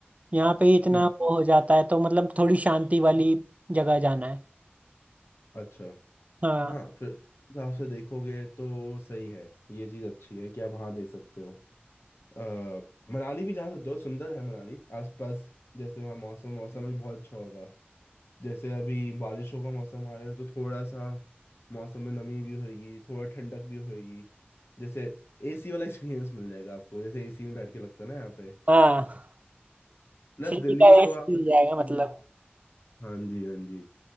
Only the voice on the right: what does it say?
यहाँ पे ही इतना
वो हो जाता है तो मतलब थोड़ी शांति वाली जगह जाना है
हाँ
हाँ
फ्री
का
एसी
मिल
जाएगा मतलब